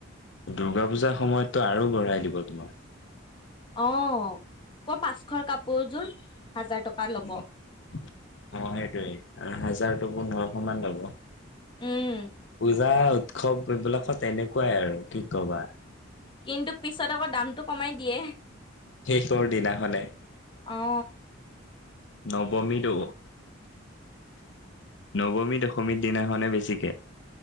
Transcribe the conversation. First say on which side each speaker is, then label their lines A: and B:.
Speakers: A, on the left; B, on the left.
A: দুৰ্গা পূজাৰ সময়তটো আৰু বঢ়াই দিব, তোমাৰ।
B: অ' ক'ৰ পাঁচশৰ কাপোৰযোৰ হাজাৰ টকা ল'ব
A: অ' সেইটোৱে, আৰু হাজাৰ পোন্ধৰশ মান ল'ব। পূজা,
B: উম
A: উৎসৱ এইবিলাকত এনেকুৱাই আৰু কি ক'বা।
B: কিন্তু, পিছত আকৌ দামটো কমাই দিয়ে।
A: শেষৰ দিনাখনে।
B: অ
A: নৱমীটো, নৱমী-দশমীৰ দিনাখনে বেছিকে।